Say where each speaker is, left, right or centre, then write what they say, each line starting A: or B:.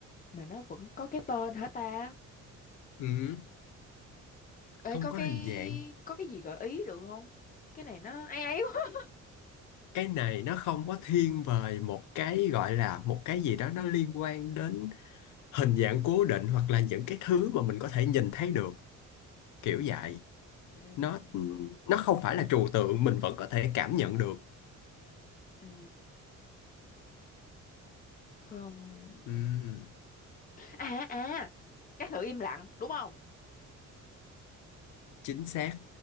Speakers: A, on the left; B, on the left.
A: mà nó vẫn có cái tên hả ta?
B: Ừ.
A: Ê,
B: không
A: có
B: có
A: cái
B: hình dạng
A: có cái gì gợi ý được không? Cái này nó ấy ấy quá.
B: cái này nó không có thiên về một cái gọi là một cái gì đó nó liên quan đến hình dạng cố định hoặc là những cái thứ mà mình có thể nhìn thấy được kiểu vậy
A: Ừ,
B: nó nó không phải là trừu tượng mình vẫn có thể cảm nhận được
A: ừ, không
B: Ừm,
A: à à các tự im lặng đúng không
B: chính xác